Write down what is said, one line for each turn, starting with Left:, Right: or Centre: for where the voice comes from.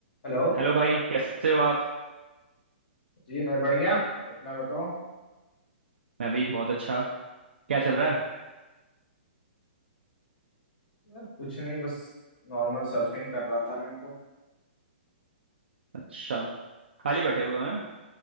Left: Hello
Right: हेलो भाई कैसे हो आप
Left: जी मैं बढ़िया आप अपना बताओ
Right: मैं भी बहुत अच्छा क्या चल रहा है
Left: यार कुछ नहीं बस नॉर्मल सर्फिंग कर रहा था मैं तो
Right: अच्छा खाली बैठे हुए हैं